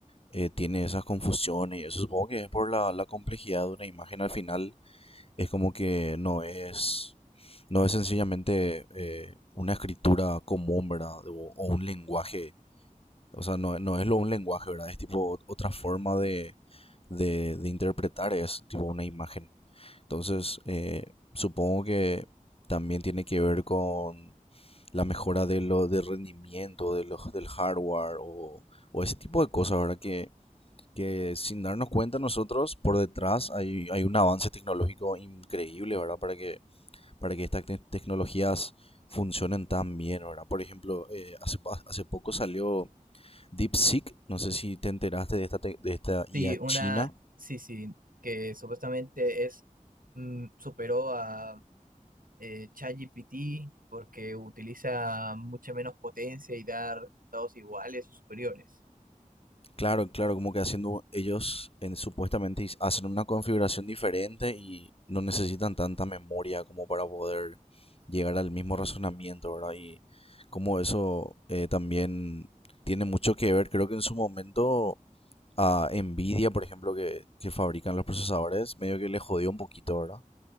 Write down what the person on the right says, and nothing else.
Sí, una,
sí, sí, que supuestamente es, mm, superó a eh, ChatGPT porque utiliza mucha menos potencia y da resultados iguales o superiores.